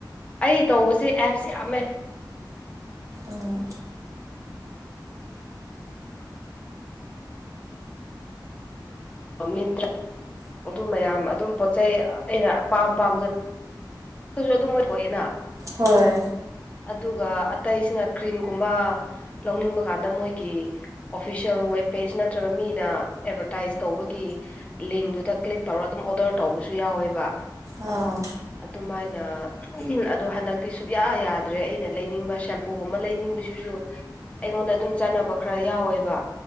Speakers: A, on the left; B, on the right.
A: ꯑꯩ ꯇꯧꯕꯁꯦ ꯑꯦꯞꯁ ꯌꯥꯝꯃꯦ
B: ꯑꯣ
A: ꯃꯤꯟꯇ꯭ꯔꯥ ꯑꯗꯨ ꯃꯌꯥꯝ ꯑꯗꯨꯝ ꯄꯣꯠ ꯆꯩꯩ ꯑꯩꯅ ꯑꯄꯥꯝ ꯄꯥꯝꯕꯗ ꯑꯗꯨꯁꯨ ꯑꯗꯨꯝ ꯃꯣꯏꯊꯣꯑꯦꯅ
B: ꯍꯣꯏ
A: ꯑꯗꯨꯒ ꯑꯇꯩꯁꯤꯅ ꯀ꯭ꯔꯤꯝꯒꯨꯝꯕ ꯂꯧꯅꯤꯡꯕ ꯀꯥꯟꯗ ꯃꯣꯏꯒꯤ ꯑꯣꯐꯤꯁꯌꯦꯦꯜ ꯋꯦꯕꯄꯦꯖ ꯅꯠꯇ꯭ꯔꯒ ꯃꯤꯅ ꯑꯦꯗꯕꯔꯇꯥꯏꯁ ꯇꯧꯕꯒꯤ ꯂꯤꯡꯗꯨꯗ ꯀ꯭ꯂꯤꯛ ꯇꯧꯔ ꯑꯗꯨꯝ ꯑꯣꯗꯔ ꯇꯧꯕꯁꯨ ꯌꯥꯎꯋꯦꯕ
B: ꯑꯥ
A: ꯑꯗꯨꯃꯥꯏꯅ ꯎꯝ ꯑꯗꯣ ꯍꯟꯗꯛꯇꯤ ꯁꯨꯛꯌꯥ ꯌꯥꯗ꯭ꯔꯦ ꯑꯩꯅ ꯂꯩꯅꯤꯡꯕ ꯁꯦꯝꯄꯨꯒꯨꯝꯕ ꯂꯩꯅꯤꯡꯕꯁꯤꯁꯨ ꯑꯩꯉꯣꯟꯗ ꯑꯗꯨꯝ ꯆꯥꯟꯅꯕ ꯈꯔ ꯌꯥꯎꯋꯦꯕ